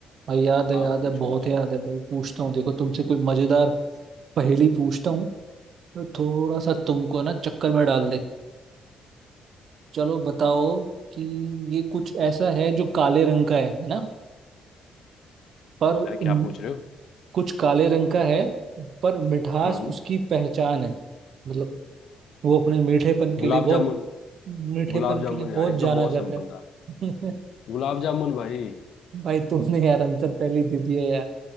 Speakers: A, on the right; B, on the left.
A: भाई याद है
B: हाँ
A: याद
B: पूछो
A: है बहुत
B: पूछो
A: याद है भाई पूछता हूँ देखो तुमसे कोई मजेदार पहेली पूछता हूँ तो थोड़ा सा तुमको ना चक्कर में डाल दे चलो बताओ कि ये कुछ ऐसा है जो काले रंग का है है ना पर
B: अरे क्या
A: म,
B: पूछ रहे हो
A: कुछ काले रंग का है पर मिठास
B: हम्म
A: उसकी पहचान है मतलब वो अपने मीठेपन के
B: गुलाब
A: लिए बहुत
B: जामुन
A: मीठेपन
B: गुलाब जामुन
A: के लिए बहुत
B: यार ये
A: जाना
B: तो बहुत
A: जाता
B: सिंपल
A: है
B: था
A: <laughs>
B: गुलाब जामुन भाई
A: भाई तुमने यार आंसर पहले ही दे दिया यार